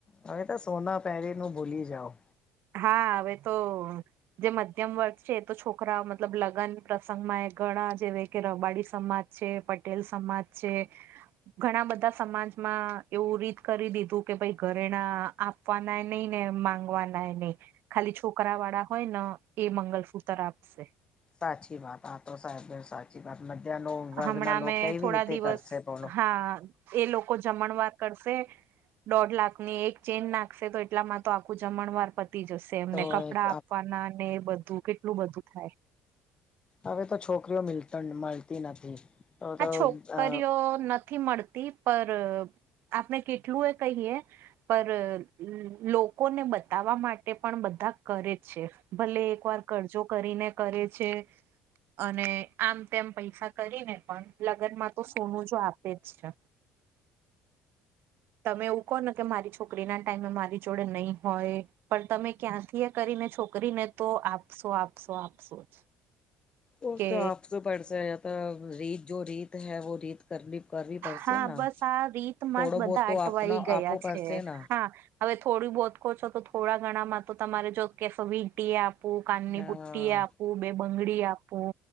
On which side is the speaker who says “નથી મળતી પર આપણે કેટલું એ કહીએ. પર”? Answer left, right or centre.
Right